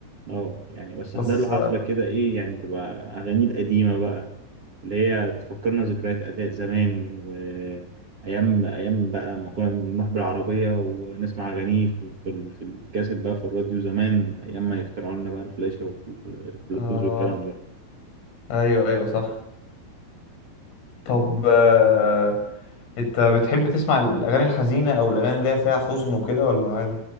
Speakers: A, on the right; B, on the left.
A: اه يعني بس
B: بس
A: احضر له حفلة كده ايه يعني تبقى اغانيه القديمة بقى اللي هي تفكرنا ذكريات اداء زمان وايام ايام بقى ما كنا بنروح بالعربية ونسمع اغانيه في في ال- في الكاسيت بقى في الراديو زمان ايام ما يخترعوا لنا بقى الفلاشة والبلوتوز
B: اه
A: والكلام ده
B: ايوه ايوه صح طب آه، انت بتحب تسمع الاغاني الحزينه او الاغاني اللي هي فيها حزن وكده ولا عادي